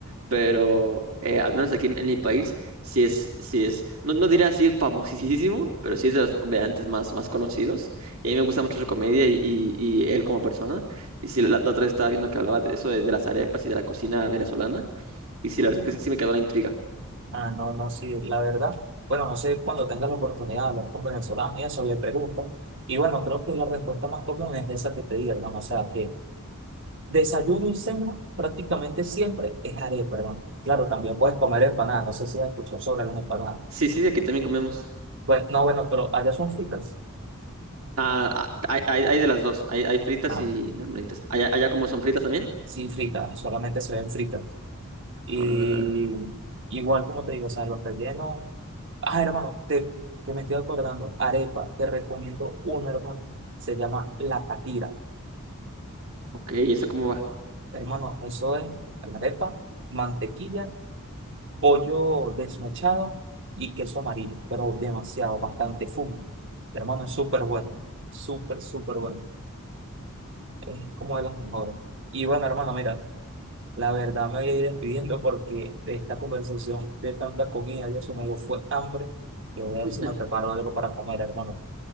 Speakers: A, on the right (about 70°); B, on the right (about 55°).
A: pero eh, al menos aquí en, en mi país, sí es, sí es, no, no diría así famosísimo, pero sí es de los comediantes más, más conocidos. Y a mí me gusta mucho su comedia y, y- y él como persona. Y sí, la, la otra vez estaba viendo que hablaba de eso, de, de las arepas y de la cocina venezolana. Y sí, la verdad es que sí sí me quedó la intriga.
B: Ah, no, no, sí, la verdad. Bueno, no sé, cuando tengas la oportunidad de hablar con venezolanos y eso, le preguntas. Y bueno, creo que la respuesta más común es esa que te di, hermano. O sea, que desayuno y cena prácticamente siempre es arepa, perdón. Claro, también puedes comer empanadas. No sé si has escuchado sobre las empanadas.
A: Sí, sí, aquí también comemos.
B: Pues no, bueno, pero allá son fritas.
A: Ah, ah, hay, hay, hay de las dos, hay, hay fritas
B: Ah,
A: y normalitas. ¿Allá, allá como son fritas también?
B: sí, fritas, solamente se ven fritas. Y
A: Ah,
B: igual, como te digo, o sea, los rellenos. Ah, hermano, te, que me estoy acordando. Arepa, te recomiendo una, hermano. Se llama la catira.
A: ok, ¿y eso cómo va?
B: Hermano, eso es la arepa, mantequilla, pollo desmechado y queso amarillo, pero demasiado, bastante full. Hermano, es súper bueno. Súper, súper bueno. Es como de las mejores. Y bueno, hermano, mira. La verdad me voy a ir despidiendo porque de esta conversación, de tanta comida, ya se me dio fue hambre. Yo voy a
A: Ujú.
B: ver si me preparo algo para comer, hermano.